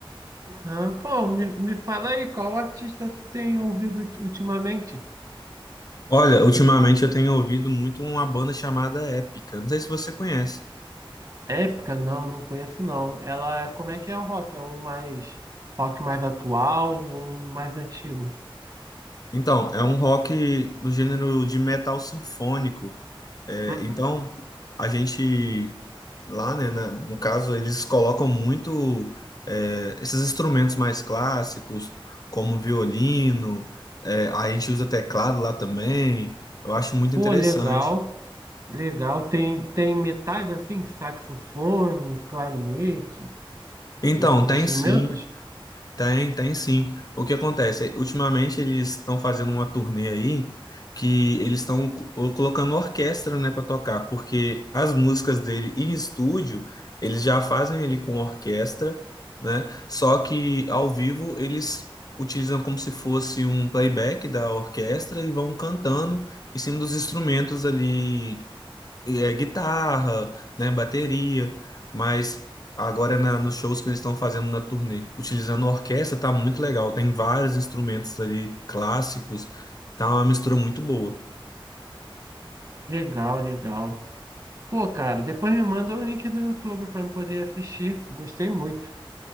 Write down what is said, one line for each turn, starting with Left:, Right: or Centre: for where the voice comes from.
Right: Aham. Pô, me, me fala aí, qual artista tu tem ouvido ulti- ultimamente?
Left: Olha, ultimamente eu tenho ouvido muito uma banda chamada Épica, não sei se você conhece.
Right: Épica? Não, não conheço não. Ela, é- como é que é o rock? É um mais rock mais atual ou um mais antigo?
Left: Então, é um rock do gênero de metal sinfônico. É,
Right: Uhum.
Left: então, a gente lá, né, na- no caso, eles colocam muito é, esses instrumentos mais clássicos, como violino, é, a gente usa teclado lá também. Eu acho muito
Right: Pô,
Left: interessante.
Right: legal, legal. Tem, tem metais assim, saxofone, clarinete,
Left: Então,
Right: esses
Left: tem
Right: instrumentos?
Left: sim. Tem, tem sim. O que acontece? é, Ultimamente eles estão fazendo uma turnê aí que eles estão co- colocando orquestra, né, para tocar, porque as músicas dele em estúdio eles já fazem ele com orquestra, né? Só que ao vivo eles utilizam como se fosse um playback da orquestra e vão cantando em cima dos instrumentos ali e é guitarra, né, bateria, mas agora na, nos shows que eles estão fazendo na turnê, utilizando orquestra, tá muito legal. Tem vários instrumentos ali clássicos, tá uma mistura muito boa.
Right: Legal, legal. Pô, cara, depois me manda o link do YouTube para eu poder assistir. Gostei muito.